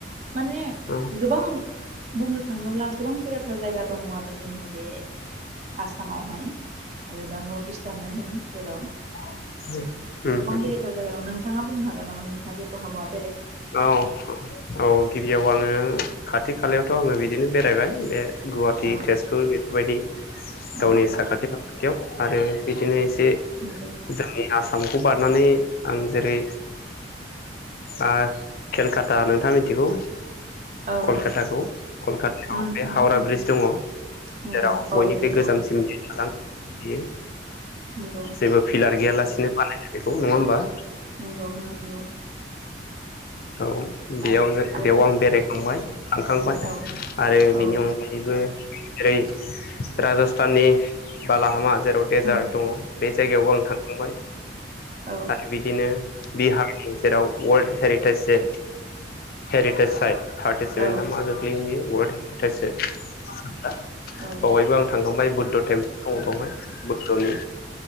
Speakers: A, on the right (about 40°); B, on the left (about 50°).
A: माने
B: औ
A: गोबां बुंनो थाङोब्ला गोबां बेरायथाव जायगा दङ आरो जोंनि बे आसामावहाय। आरोबा नर्ट इस्टयानो होन जेराव
B: <unintelligible> ओम
A: गोबां
B: ओम
A: बेरायथाव जायगा नोंथाङा बुंनो हागोन नामा नोंथाङाजे बहाबा
B: औ अ' औ गिबियाव आङो ओ खाथि खालायावथ' आङो बिदिनो बेरायबाय बे गुवाहाटी
A: औ
B: तेजपुर बेफोरबायदि
A: औ
B: गावनि साखाथि फाखा थियाव आरो बिदिनो एसे बे
A: नंगौ
B: जोंनि आसाम बारनानै आं जेरै आ केलकाता नोंथाङा मिथिगौ
A: औ नंगौ
B: कलकाताखौ कलकातायाव
A: उम
B: बे
A: उम
B: हावरा ब्रिज दङ
A: नंगौ
B: जेराव बयनिख्रुइ
A: औ नंगौ
B: गोजामसिम दालां। बियो
A: नंगौ
B: जेबो पिलार गैयालासि बियो बानाय बेखौ नङा होमबा?
A: नंगौ नंगौ
B: औ बेयाव
A: आरो
B: जों
A: आरोबाव
B: बेयाव आं बेरायखांबाय थांखांबाय
A: औ
B: आरो बेनि
A: औ
B: अनगायैबो जेरै राजस्थाननि बालाहामा जेराव देजार्ट
A: औ
B: दङ' बे जायगायावबो आं थांखांबाय।
A: औ
B: आरो बिदिनो बिहारनि जेराव वर्ल्ड हेरिटेज जे हेरिटेज साइट थारटि सेभेन
A: औ
B: ना मा गोग्लैयो बियो वर्ल्ड टेज <unintelligible> <inaudible> हा बहायबो
A: औ
B: आं थांखांबाय बुद्ध टेम औ दङ' बुद्धनि